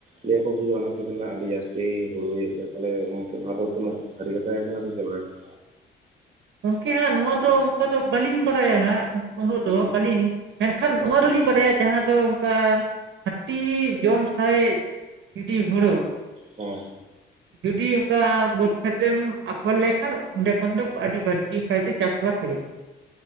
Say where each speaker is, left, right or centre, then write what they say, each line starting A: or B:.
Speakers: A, on the right; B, on the right.
A: ᱞᱟᱹᱭ ᱟᱠᱚ ᱠᱤ ᱚᱱᱟ ᱨᱮᱱᱟᱜ ᱟᱹᱰᱤ ᱡᱟᱹᱥᱛᱤ ᱦᱩᱲᱩ ᱦᱩᱭᱩᱜ ᱜᱮᱭᱟ ᱛᱷᱟᱞᱮ ᱜᱚᱝᱠᱮ ᱱᱚᱣᱟ ᱫᱚ ᱛᱤᱱᱟᱹᱜ ᱥᱟᱹᱨᱤ ᱠᱟᱛᱷᱟ ᱜᱮ ᱠᱟᱱᱟ ᱥᱮ ᱪᱮᱫ ᱞᱮᱠᱟ? <unintelligible>
B: ᱜᱚᱝᱠᱮ ᱦᱟᱸᱜ ᱱᱚᱣᱟ ᱫᱚ ᱚᱝᱠᱟ ᱫᱚ ᱵᱟᱹᱞᱤᱧ ᱵᱟᱲᱟᱭᱟ ᱦᱟᱸᱜ ᱩᱱᱟᱹᱜ
A: ᱦᱩᱸ
B: ᱫᱚ ᱵᱟᱹᱞᱤᱧ ᱢᱮᱱᱠᱷᱟᱱ ᱱᱚᱣᱟ ᱫᱚᱞᱤᱧ ᱵᱟᱰᱟᱭᱟ ᱡᱟᱦᱟᱸ ᱫᱚ ᱚᱝᱠᱟ ᱦᱟᱹᱛᱤ ᱡᱚᱢ ᱥᱟᱨᱮᱡ ᱜᱤᱰᱤ ᱦᱩᱲᱩ
A: ᱦᱮᱸ᱾
B: ᱡᱩᱫᱤ ᱩᱝᱠᱟ ᱵᱟᱹᱫᱽ ᱠᱷᱮᱛ ᱨᱮᱢ ᱟᱯᱷᱚᱨ ᱞᱮᱠᱷᱟᱱ ᱚᱸᱰᱮ ᱠᱷᱚᱱ ᱫᱚ ᱟᱹᱰᱤ ᱵᱟᱹᱲᱛᱤ ᱠᱟᱭᱛᱮ ᱪᱟᱥ ᱵᱟᱥ ᱦᱩᱭᱩᱜᱼᱟ᱾